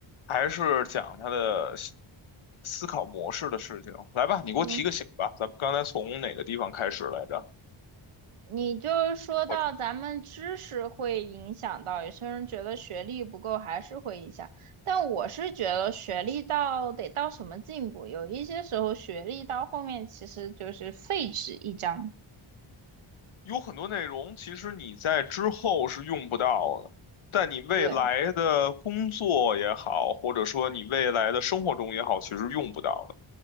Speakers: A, on the left; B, on the right.
A: 还是讲他的思思考模式的事情。来吧，你给我提个醒吧，
B: 嗯，
A: 咱们刚才从哪个地方开始来着？
B: 你就是说到咱们知识会影响到，
A: 或者
B: 有些人觉得学历不够还是会影响，但我是觉得学历到得到什么进步，有一些时候学历到后面其实就是废纸一张。
A: 有很多内容，其实你在之后是用不到的，但你未来的工作也好，
B: 对，
A: 或者说你未来的生活中也好，其实用不到的。